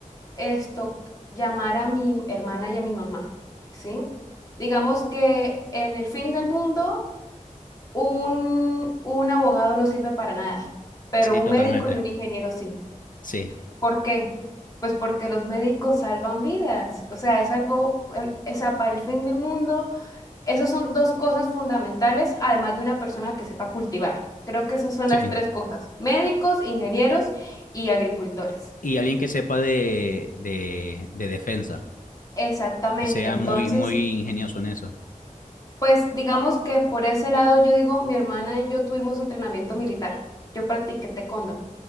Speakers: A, on the left (about 25°); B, on the left (about 75°).
A: esto, llamar a mi hermana y a mi mamá, ¿sí? Digamos que en el fin del mundo, un, un abogado no sirve para nada, pero
B: sí,
A: un
B: totalmente.
A: médico y un ingeniero sí.
B: Sí,
A: ¿Por qué? Pues porque los médicos salvan vidas. O sea, es algo, el- o sea, para el fin del mundo. Esas son dos cosas fundamentales, además de una persona que sepa cultivar. Creo que esas son
B: sí.
A: las tres cosas, médicos, ingenieros y agricultores.
B: Y alguien que sepa de, de, de defensa,
A: Exactamente,
B: que sea
A: entonces,
B: muy, muy ingenioso en eso.
A: pues digamos que por ese lado yo digo, mi hermana y yo tuvimos entrenamiento militar. Yo practiqué taekwondo